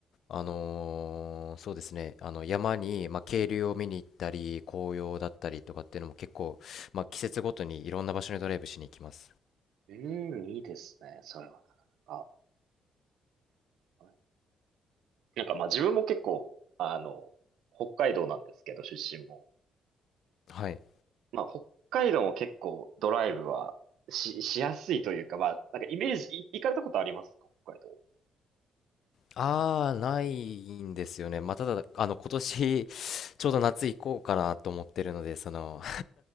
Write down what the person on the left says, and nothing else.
あのーそうですね、あの山に、まあ、渓流を見に行ったり、紅葉だったりとかっていうのも結構、まあ、季節ごとにいろんな場所にドライブしに行きます。
はい。
ああ、ないんですよね。まあ、ただ、あの、今年、ちょうど夏行こうかなと思ってるので、その、